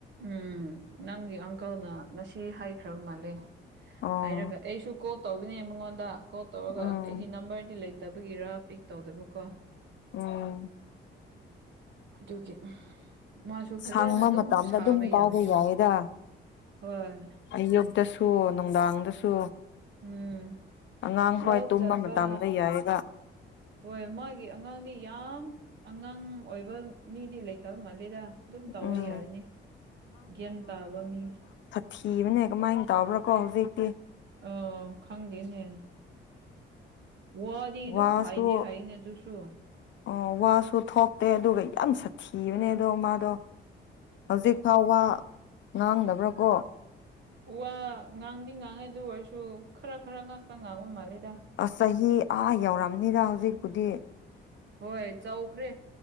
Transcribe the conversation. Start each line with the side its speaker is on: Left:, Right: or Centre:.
Right: ꯎꯝ ꯅꯪꯒꯤ ꯑꯪꯀꯜꯅ ꯉꯁꯤ ꯍꯥꯏꯈ꯭ꯔꯕ ꯃꯥꯜꯂꯦ
Left: ꯑꯣ
Right: ꯍꯥꯏꯔꯒ ꯑꯩꯁꯨ ꯀꯣꯜ ꯇꯧꯕꯅꯦ ꯃꯉꯣꯟꯗ ꯀꯣꯜ ꯇꯧꯔꯒ
Left: ꯎꯝ
Right: ꯑꯩꯒꯤ ꯅꯝꯕꯔꯗꯤ ꯂꯩꯇꯕꯒꯤꯔ ꯄꯤꯛ ꯇꯧꯗꯕꯀꯣ
Left: ꯎꯝ
Right: ꯑꯗꯨꯒꯤ ꯃꯥꯁꯨ ꯐꯖꯅ
Left: ꯁꯪꯕ
Right: ꯑꯗꯨꯝ
Left: ꯃꯇꯝꯗ ꯑꯗꯨꯝ
Right: ꯇꯥꯕ
Left: ꯇꯧꯕ
Right: ꯌꯥꯕꯅꯦꯕ
Left: ꯌꯥꯏꯌꯦꯗ
Right: ꯍꯣꯏ
Left: ꯑꯌꯨꯛꯇꯁꯨ ꯅꯨꯡꯗꯥꯡꯗꯁꯨ
Right: ꯎꯝ
Left: ꯑꯉꯥꯡ ꯍꯣꯏ
Right: ꯂꯧ
Left: ꯇꯨꯝꯕ
Right: ꯆꯠꯄ
Left: ꯃꯇꯝꯗ ꯌꯥꯏꯑꯕ
Right: ꯍꯣꯏ ꯃꯣꯏꯒꯤ ꯑꯉꯥꯡꯗꯤ ꯌꯥꯝ ꯑꯉꯥꯡ ꯑꯣꯏꯕ ꯃꯤꯗꯤ ꯂꯩꯇꯕ ꯃꯥꯜꯂꯤꯗ ꯑꯗꯨꯝ ꯇꯧꯕ
Left: ꯎꯝ
Right: ꯌꯥꯔꯅꯤ ꯒ꯭ꯌꯥꯟ ꯇꯥꯕ ꯃꯤ
Left: ꯊꯤꯕꯅꯦ ꯀꯃꯥꯏꯟ ꯇꯧꯕ꯭ꯔꯥꯀꯣ ꯍꯧꯖꯤꯛꯇꯤ
Right: ꯑꯣ ꯈꯪꯗꯦꯅꯦ ꯋꯥꯗꯤ ꯑꯗꯨꯝ
Left: ꯋꯥꯁꯨ
Right: ꯍꯥꯏꯗꯦ ꯍꯥꯏꯌꯦꯅꯦ ꯑꯗꯨꯁꯨ
Left: ꯑꯣ ꯋꯥꯁꯨ ꯊꯣꯛꯇꯦ ꯑꯗꯨꯒ ꯌꯥꯝ ꯁꯥꯊꯤꯕꯅꯦ ꯑꯗꯣ ꯃꯥꯗꯣ ꯍꯧꯖꯤꯛ ꯃꯥ ꯋꯥ ꯉꯥꯡꯗꯕ꯭ꯔ ꯀꯣ
Right: ꯋꯥ ꯉꯥꯡꯗꯤ ꯉꯥꯡꯉꯦ ꯑꯗꯨ ꯑꯣꯏꯔꯁꯨ ꯈꯔ ꯈꯔ ꯉꯛꯇ ꯉꯥꯡꯕ ꯃꯥꯜꯂꯦꯗ
Left: ꯑꯁ ꯆꯍꯤ ꯑꯥ ꯌꯧꯔꯝꯅꯤꯗ ꯍꯧꯖꯤꯛꯄꯨꯗꯤ
Right: ꯍꯣꯏ ꯆꯧꯈ꯭ꯔꯦ